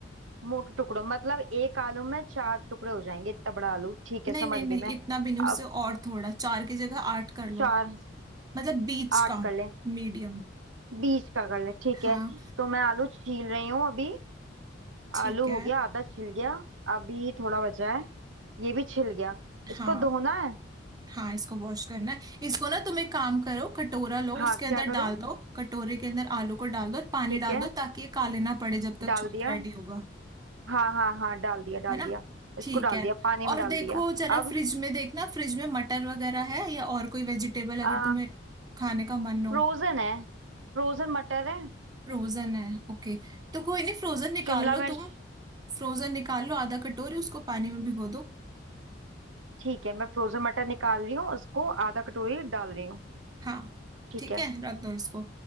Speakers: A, on the right; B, on the right.
A: मोटे टुकड़ों मतलब एक आलू में चार टुकड़े हो जाएंगे इतना बड़ा आलू ठीक है
B: नहीं
A: समझ
B: नहीं नहीं
A: गई मैं
B: इतना भी नहीं उससे
A: अब
B: और थोड़ा चार की जगह आठ कर लो
A: चार
B: मतलब बीच
A: आठ
B: का
A: कर ले
B: मीडियम
A: बीच का कर ले ठीक
B: हाँ
A: है तो मैं आलू छील रही हूँ अभी
B: ठीक
A: आलू
B: है
A: हो गया आधा छिल गया अभी थोड़ा बचा है ये भी छिल गया
B: हाँ
A: इसको धोना है
B: हाँ इसको वॉश करना है इसको ना तुम एक काम करो कटोरा लो
A: हाँ
B: उसके अंदर
A: क्या करूँ
B: डाल दो कटोरे के अंदर आलू को डाल दो और पानी
A: ठीक
B: डाल
A: है
B: दो ताकि ये काले ना पड़े जब तक
A: डाल
B: छोंक
A: दिया
B: रेडी होगा
A: हाँ हाँ हाँ डाल दिया डाल
B: है ना
A: दिया इसको
B: ठीक
A: डाल
B: है
A: दिया पानी में
B: और
A: डाल
B: देखो
A: दिया
B: जरा
A: अब
B: फ्रिज में देखना फ्रिज में मटर वगैरह है या और कोई वेजिटेबल अगर
A: आ
B: तुम्हें खाने का मन हो
A: फ्रोजन है फ्रोजन मटर है
B: फ्रोजन है ओके तो कोई नहीं फ्रोजन निकाल
A: शिमला
B: लो
A: मिर्च
B: तुम फ्रोजन निकाल लो आधा कटोरी उसको पानी में भिगो दो
A: ठीक है मैं फ्रोजन मटर निकाल रही हूँ उसको आधा कटोरी डाल रही हूँ
B: हाँ
A: ठीक
B: ठीक
A: है
B: है रख दो इसको